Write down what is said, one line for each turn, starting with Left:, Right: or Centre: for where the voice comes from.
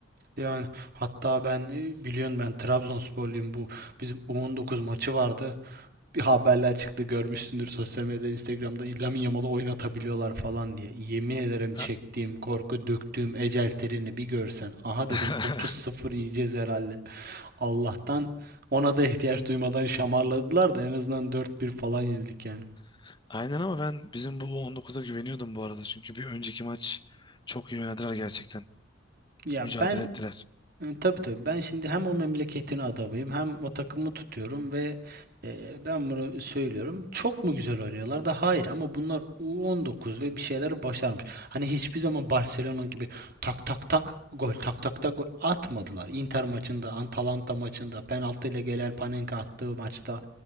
Right: Yani hatta ben e, biliyorsun ben Trabzonsporluyum bu bizim U19 maçı vardı. bir haberler çıktı görmüşsündür sosyal medyada Instagram'da Lamine Yamal'ı oynatabiliyorlar falan diye. Yemin ederim çektiğim
Left: A-
Right: korku döktüğüm ecel terini bir görsen. Aha
Left: <clears throat>
Right: dedim 30-0 yiyeceğiz herhalde. Allah'tan ona da ihtiyaç duymadan şamarladılar da en azından 4-1 falan yenildik yani.
Left: <laughs> Aynen ama ben bizim bu 19'a güveniyordum bu arada. Çünkü bir önceki maç çok iyi oynadılar gerçekten.
Right: Ya
Left: Mücadele
Right: ben
Left: ettiler.
Right: E, tabii tabii. Ben şimdi hem o memleketin adamıyım hem o takımı tutuyorum ve e, ben bunu söylüyorum. Çok mu güzel oynuyorlar da hayır ama bunlar U19 ve bir şeyler başarmış. Hani hiçbir zaman Barcelona gibi tak tak tak gol tak tak tak gol atmadılar. Inter maçında, Atalanta maçında, penaltıyla gelen Panenka attığı maçta